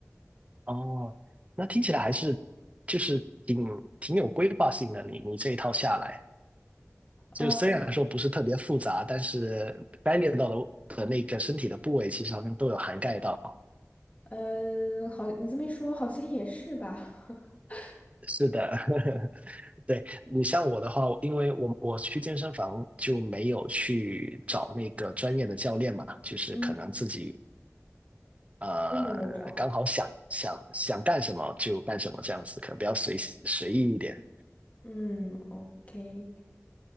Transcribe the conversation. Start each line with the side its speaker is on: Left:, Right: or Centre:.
Right: 哦，那听起来还是就是挺挺有规划性的。你你这一套下来，就虽然说不是特别复杂，
Left: 呃。
Right: 但是该练到的的那个身体的部位，其实好像都有涵盖到。
Left: 嗯，好，你这么一说，好像也是吧。<laughs>
Right: 是的，<laughs> 对，你像我的话，因为我我去健身房就没有去找那个专业的教练嘛，就是可能自己
Left: 嗯，
Right: 呃刚好想想想干什么就干什么这样子，
Left: 都没有找。
Right: 可能比较随随意一点。
Left: 嗯，OK，